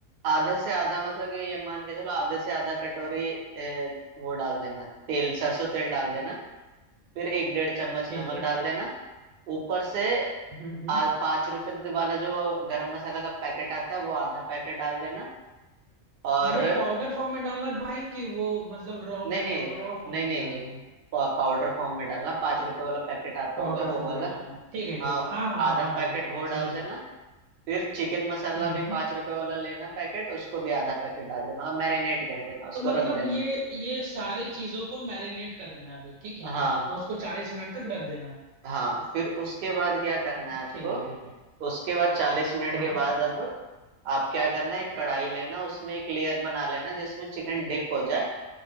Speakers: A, on the right; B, on the right.
A: आधे से आधा मतलब कि ये मान के चलो आधे से आधा कटोरी ए, वो डाल देना तेल सरसों तेल डाल देना फिर एक डेढ़ चम्मच
B: ठीक
A: नमक
B: है भाई
A: डाल देना ऊपर से
B: हम्म हम्म
A: आज पाँच रुपए वाला जो गरम मसाला का पैकेट आता है वो आधा पैकेट डाल देना और
B: वो पाउडर फॉर्म में डालना है भाई कि वो मतलब रॉ
A: नहीं
B: में
A: नहीं
B: रॉ फॉर्म
A: नहीं
B: में
A: नहीं
B: डालना
A: नहीं
B: है
A: पाउडर फॉर्म में डालना पाँच रुपए वाला पैकेट आता
B: पाउडर
A: होगा वो
B: फॉर्म
A: वाला
B: में डालना है ठीक है ठीक
A: हाँ
B: है हाँ हाँ हाँ
A: आधा
B: हाँ
A: पैकेट
B: भाई वो हम
A: वो
B: समझ
A: डाल देना
B: गए
A: फिर चिकन मसाला
B: हम्म
A: भी
B: हम्म
A: पाँच रुपए वाला लेना पैकेट उसको भी आधा पैकेट डाल देना और मैरिनेट कर देना उसको
B: तो मतलब
A: रख देना
B: ये ये सारी चीजों को मैरिनेट कर देना अभी ठीक है
A: हाँ
B: हाँ और उसको चालीस मिनट तक रख देना
A: हाँ फिर उसके बाद क्या करना है आपको
B: ठीक है ठीक है
A: उसके बाद चालीस मिनट
B: हाँ
A: के बाद अब आप क्या करना है एक कढ़ाई लेना उसमें एक लेयर बना लेना जिसमें चिकन डिप हो जाए